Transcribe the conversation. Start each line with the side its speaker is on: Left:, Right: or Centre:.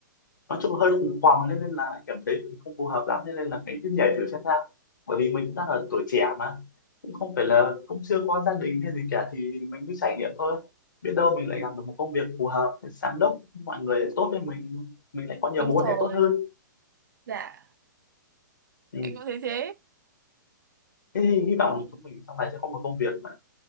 Left: nói chung hơi khủng hoảng nên, nên là anh cảm thấy mình không phù hợp lắm nên, nên là cái cứ nhảy thử xem sao bởi vì mình cũng đang ở tuổi trẻ mà cũng không phải là cũng chưa có gia đình hay gì cả thì mình cứ trải nghiệm thôi biết đâu mình lại gặp được một công việc phù hợp giám đốc mọi người lại tốt với mình mình lại có nhiều
Right: đúng
Left: mối
Right: rồi
Left: quan hệ tốt hơn
Right: dạ
Left: ừ.
Right: em cũng thấy thế
Left: thế thì hy vọng là chúng mình sau này sẽ có một công việc mà